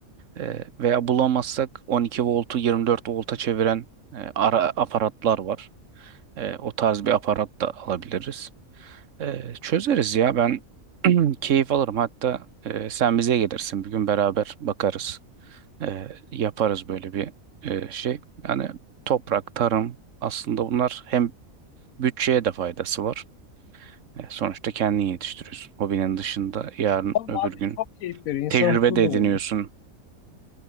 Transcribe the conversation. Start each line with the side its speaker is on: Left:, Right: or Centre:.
Right: E, veya bulamazsak 12 voltu 24 volta çeviren e, ara aparatlar var. E, o tarz bir aparat da alabiliriz. E, çözeriz ya ben <clears throat> keyif alırım. Hatta e, sen bize gelirsin bir gün beraber bakarız e, yaparız böyle bir e, şey. Yani toprak, tarım aslında bunlar hem bütçeye de faydası var. E, sonuçta kendin yetiştiriyorsun. Hobinin dışında yarın
Left: Tabii
Right: öbür
Left: abi
Right: gün
Left: çok keyif veriyor. İnsanı
Right: tecrübe
Left: huzur
Right: de
Left: da
Right: ediniyorsun.
Left: veriyor.